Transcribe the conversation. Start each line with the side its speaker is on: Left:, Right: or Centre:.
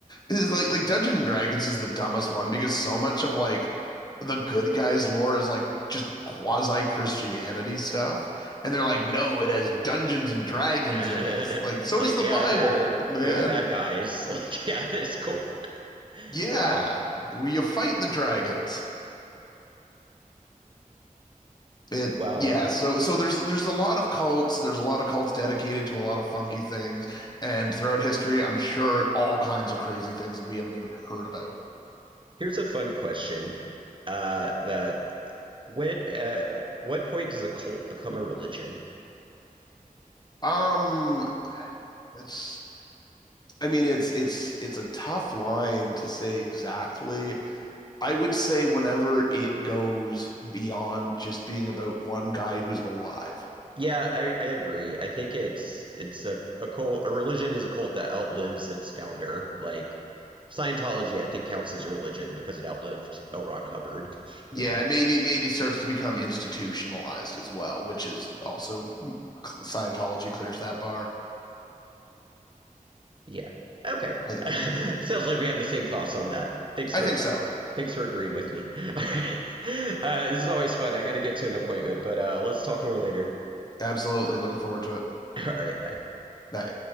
Left: is like like Dungeons and Dragons is the dumbest one because so much of like the good guys lore is like just quasi Christianity stuff, and they're like, no, it has Dungeons and Dragons
Right: It's
Left: in it. It's like so
Right: like,
Left: does the
Right: yeah,
Left: Bible,
Right: they're
Left: man.
Right: they're the bad guys. <laughs> Like, yeah, it's cool.
Left: Yeah,
Right: Well,
Left: well, you fight the dragons. It
Right: well,
Left: yeah. So so there's there's a lot of cults. There's a lot of cults dedicated to a lot of funky things, and throughout history, I'm sure all kinds of crazy things that we haven't even heard about.
Right: here's a fun question. Uh, the when uh, what point does a cult become a religion?
Left: Um, that's I mean, it's it's it's a tough line to say exactly. I would say whenever it goes beyond just being about one guy who's alive.
Right: Yeah, I, I agree. I think it's it's a, a cult, a religion is a cult that outlives its founder. Like Scientology, I think counts as a religion because it outlived L. Ron Hubbard,
Left: Yeah,
Right: you know.
Left: and maybe maybe starts to become institutionalized as well, which is also Scientology clears that bar.
Right: Yeah. Okay.
Left: I,
Right: <laughs> Sounds like we have the same thoughts on that. Thanks
Left: I
Right: for
Left: think so.
Right: thanks for agreeing with me. <laughs> All right. Uh, this is always fun. I got to get to an appointment, but uh, let's talk more later.
Left: Absolutely, looking forward to it.
Right: <laughs> All right, bye.
Left: I,